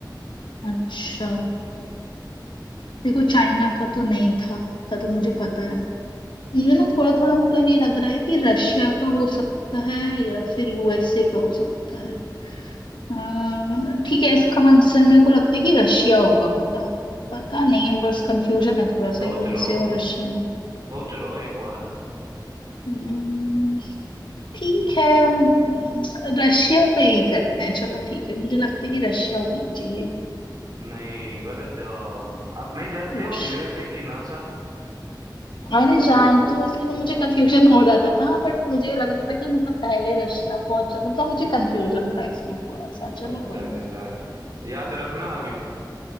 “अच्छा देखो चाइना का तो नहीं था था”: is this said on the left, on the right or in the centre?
Left